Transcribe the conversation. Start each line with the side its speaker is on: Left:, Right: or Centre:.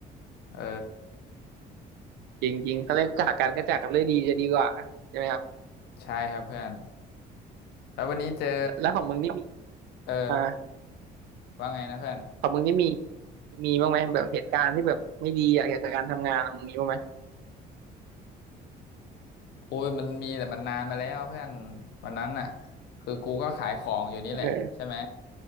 Left: เออ
Right: จริงจริงเขาเรียกจากกันก็จากกันด้วยดีจะดีกว่าใช่ไหมครับ
Left: ใช่ครับเพื่อนแล้ววันนี้เจอ
Right: แล้วของมึงนี่มี
Left: เออ
Right: อ่า
Left: ว่าไงนะเพื่อน
Right: ของมึงนี่มีมีบ้างไหมแบบเหตุการณ์ที่แบบไม่ดีอะเกี่ยวกับการทำงานมึงมีบ้างไหม
Left: โอ้ยมันมีแต่มันนานมาแล้วเพื่อนวันนั้นอ่ะคือกูก็ขายของอยู่นี่แหละใช่ไหม
Right: เออ